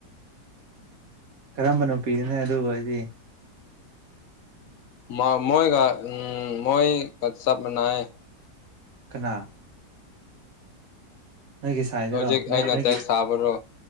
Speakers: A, on the right; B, on the left.
A: ꯀꯔꯝꯕ ꯅꯨꯄꯤꯅꯣꯅꯦ ꯑꯗꯨ ꯑꯣꯢꯔꯗꯤ
B: ꯃ ꯃꯣꯏꯒ ꯎꯝ ꯃꯣꯏ ꯀ ꯆꯞ ꯃꯥꯟꯅꯩꯌꯦ
A: ꯀꯅꯥ ꯅꯣꯏꯒꯤ ꯁꯥꯏꯗꯔꯣ
B: ꯍꯧꯖꯤꯛ
A: ꯅꯣꯏ
B: ꯑꯩꯅ
A: ꯅꯣꯏꯒꯤ
B: ꯇꯦꯛꯁ ꯊꯥꯕ ꯕꯣꯔꯣ